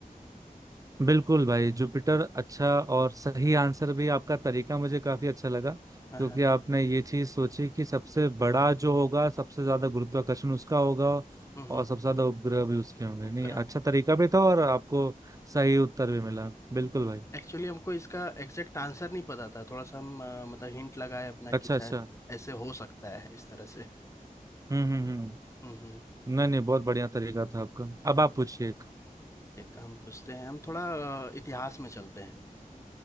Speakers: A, on the right; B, on the left.
A: बिल्कुल भाई जुपिटर अच्छा और सही आंसर भी आपका तरीका मुझे काफी अच्छा लगा
B: हाँ
A: क्योंकि
B: हाँ
A: आपने ये चीज सोची कि सबसे बड़ा जो होगा सबसे ज्यादा गुरुत्वाकर्षण उसका होगा
B: हम्म
A: और सबसे ज्यादा उपग्रह भी उसके होंगे नहीं
B: ग्राउंड
A: अच्छा तरीका भी था और आपको सही उत्तर भी मिला बिल्कुल भाई
B: एक्चुअली हमको इसका एग्जैक्ट आंसर नहीं पता था थोड़ा सा हम अ, मतलब हिंट लगाए अपना कि
A: अच्छा
B: शायद
A: अच्छा
B: ऐसे हो सकता है इस तरह से
A: हम्म हम्म हम्म हम्म।
B: हम्म हम्म।
A: नहीं नहीं बहुत बढ़िया तरीका था आपका अब आप पूछिए एक
B: एक हम पूछते हैं हम थोड़ा अ, इतिहास में चलते हैं